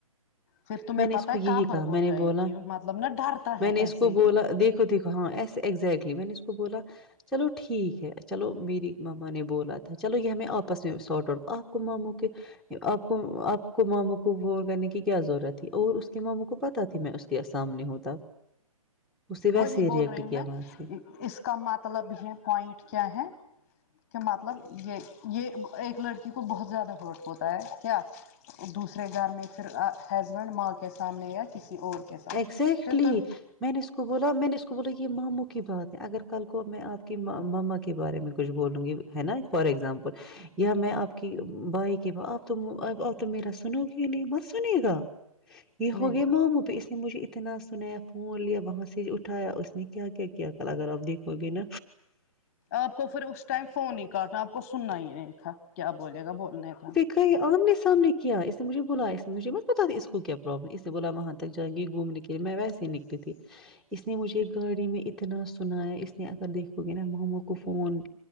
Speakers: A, on the left (about 25°); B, in the centre.
A: پھر تمہیں
B: میں نے
A: پتہ
B: اس کو
A: ہے
B: یہی
A: کابر
B: کہا
A: ہو
B: میں
A: جائے
B: نے بولا
A: گی مطلب نا ڈرتا
B: میں
A: ہے
B: نے اس
A: ایسے
B: کو بولا دیکھ دیکھو ہاں ایسے ایگزیکٹلی میں نے اس کو بولا چلو ٹھیک ہے چلو میری مما نے بولا تھا چلو یہ میں آپس میں ساٹ آؤٹ آپ کو ماموں کے آپ کو آپ کو ماموں کو وہ کرنے کی کیا ضرورت تھی اور اس کے ماموں کو پتا تھی میں اس کے سامنے ہوں ت اس سے بعد
A: وہی
B: یہ
A: بول
B: ریئیکٹ
A: رہی ہوں
B: کیا
A: نا
B: وہاں سے ہی
A: اس کا مطلب ہے پوائنٹ کیا ہے کہ مطلب یہ یہ ایک لڑکی کو بہت زیادہ وہ ہوتا ہے کیا دوسرے گھر میں پھر ہسبینڈ ماں کے سامنے یا کسی اور کے ساتھ
B: ایکگزیکٹلی
A: پھر تم
B: میں نے اس کو بولا میں نے اس کو بولا یہ ماموں کی بات ہے اگر کل کو میں آپ کے مما کے بارے میں کچھ بولوں گی ہے نا فور ایکگزامپل یا میں آپ کی بھائی کی آپ تو آپ تو میرا سنو گی ہی نہیں مت سنیےگا یہ
A: نہیں
B: ہوگی مومو پہ مجھے اتنا سنایا فون لیا وہاں سے اٹھایا اس نے کیا کیا کیا ک اگر آپ دیکھ ہو ابھی نہ
A: آپ کو پھر اس ٹائم فون ہی کاٹنا آپ کو سننا ہی نہیں تھا کیا بولے گا بولنے کا
B: کہ آمنے سامنے کیا اس نے مجھے بلا اس نے مجھے مت پت تھا اس کو کیا پرابلم اس نے بولا وہاں تک جاءینگیں گھومنے کے لیے میں ویسے ہی نکلی تھی اس نے مجھے گاڑی میں اتنا سنایا اس نے اگر دیکھو گے نا مما کو فون